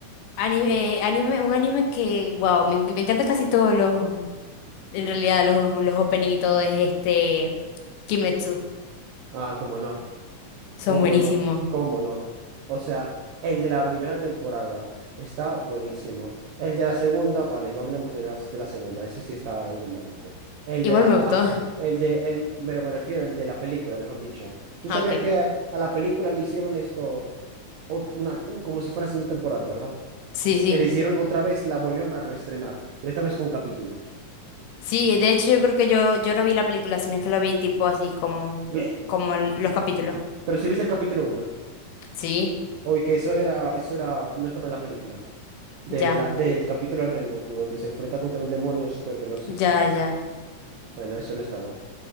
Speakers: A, on the left (about 85°); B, on the right (about 85°).
A: Anime, eh, anime, un anime que, wow, me, enc- me encanta casi todos los, en realidad los, los opening y todo es este, Kimetsu,
B: Ah, cómo no.
A: son
B: ¿Cómo
A: buenísimos.
B: no? ¿Cómo no? O sea, el de la primera temporada está buenísimo. El de la segunda, vale, no hablemos de, las, de la segunda, ese sí está algo maluco. El
A: Igual
B: de la,
A: me gustó.
B: ajá,
A: <laughs>
B: el de, el, me, me refiero, el de la película, mejor dicho. ¿Tú
A: Ah,
B: sabías
A: ok, ok.
B: que a la película le hicieron esto, ot- una, un- como si fuera segunda temporada, ¿verdad?
A: Sí, sí.
B: Que Le hicieron otra vez, la volvieron a reestrenar, pero esta vez con capítulos.
A: Sí, de hecho yo creo que yo, yo no vi la película, sino que la vi tipo así como,
B: Blech.
A: como el- los capítulos.
B: Pero si viste el capítulo uno,
A: Sí,
B: oye, que eso era, eso era, no estaba en la película. de
A: ya,
B: la- del capítulo del Rengoku, donde se enfrenta contra un demonio super velocista.
A: ya, ya.
B: Bueno, eso no estaba.